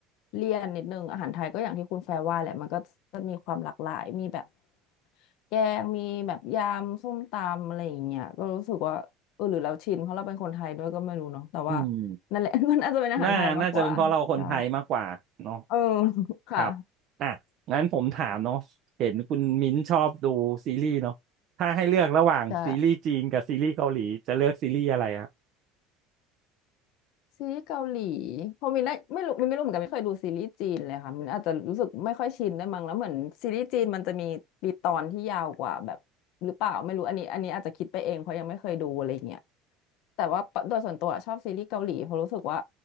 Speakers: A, on the left (about 60°); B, on the right (about 55°).
A: เลี่ยนนิดนึงอาหารไทยก็อย่างที่คุณแฟร์ว่าแหละมันก็จะมีความหลากหลายมีแบบแกงมีแบบยำส้มตำอะไรอย่างเงี้ยก็รู้สึกว่าเออหรือเราชินเพราะเราเป็นคนไทยด้วยก็ไม่รู้เนาะแต่ว่า
B: อืม
A: นั่นแหละ <laughs> ก็น่าจะเป็นอาหารไทยมากกว่าใช่
B: น่าน่าจะเป็นเพราะเราคนไทยมากกว่าเนาะ
A: เออ <laughs> ค่ะ
B: ครับอ่ะงั้นผมถามเนาะเห็นคุณมิ้นท์ชอบดูซีรีส์เนาะถ้าให้เลือกระหว่างซีรีส์จีนกับซีรีส์เกาหลีจะเลือกซีรีส์อะไรอะ
A: ใช่ซีรีส์เกาหลีพอมินได้ไม่รู้มินไม่รู้เหมือนกันไม่เคยดูซีรีส์จีนเลยค่ะมินอาจจะรู้สึกไม่ค่อยชินได้วยมั้งแล้วเหมือนซีรีส์จีนมันจะมีปีตอนที่ยาวกว่าแบบหรือเปล่าไม่รู้อันนี้อันนี้อาจจะคิดไปเองเพราะยังไม่เคยดูอะไรเงี้ยแต่ว่าโดยส่วนตัวชอบซีรีส์เกาหลีเพราะรู้สึกว่า